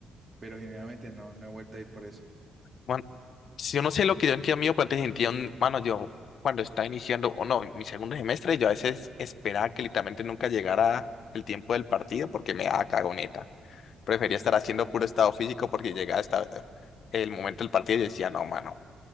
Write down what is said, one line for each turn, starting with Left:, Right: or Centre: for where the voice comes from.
Right: pero genuinamente no, no he vuelto a ir por eso.
Left: bueno, si yo no sé lo que yo sentía miedo, pues antes sentía, un- mano, yo cuando estaba iniciando, o no, mi segundo semestre, yo a veces esperaba que literalmente nunca llegara el tiempo del partido porque me daba cagoneta. Prefería estar haciendo puro estado físico porque llegaba hasta el momento del partido y yo decía, no, mano.